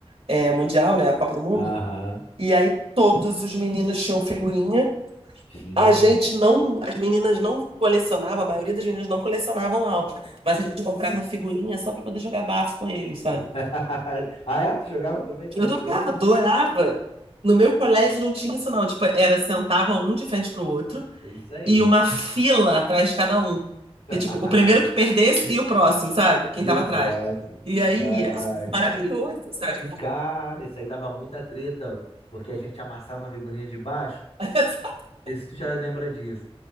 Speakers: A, on the right; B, on the left.
A: eh, mundial, né? A Copa do Mundo.
B: Aham.
A: E aí todos os meninos tinham figurinha.
B: Tinha,
A: A gente não, as meninas não colecionavam, a maioria das meninas não colecionavam álbum, mas a gente comprava figurinha só para poder jogar bafo com eles, sabe?
B: <laughs> Ah, é? Tu jogava também com
A: Eu jogava,
B: com eles?
A: adorava. No meu colégio não tinha isso não, tipo, era sentava um de frente pro outro
B: É Isso aí.
A: e uma fila atrás de cada um. Que
B: <laughs>
A: tipo, o primeiro que perdesse e o próximo, sabe? Quem
B: E
A: tava
B: o
A: atrás.
B: próximo?
A: E aí,
B: Ai,
A: é
B: ai.
A: maravilhoso, sabe?
B: Cara, isso aí dava muita treta, porque a gente amassava a figurinha de baixo.
A: <laughs>
B: Não sei se tu já lembra disso.